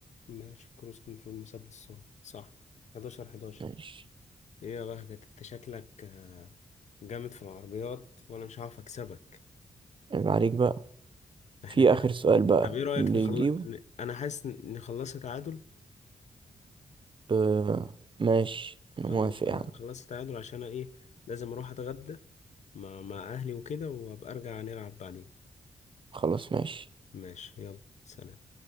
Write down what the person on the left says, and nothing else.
ماشي كروز كنترول مثبت السرعة صح 11 11
إيه يا بهجت أنت شكلك آه، جامد في العربيات وأنا مش هعرف أكسبك
احنا
كده
طب ايه رأيك
نخلص
انا حاسس إن نخلصها تعادل
خلاص
بقى
نخلصها
تعادل عشان أنا ايه لازم اروح اتغدى مع مع اهلي وكده وابقى ارجع نلعب بعدين
ماشي يلا سلام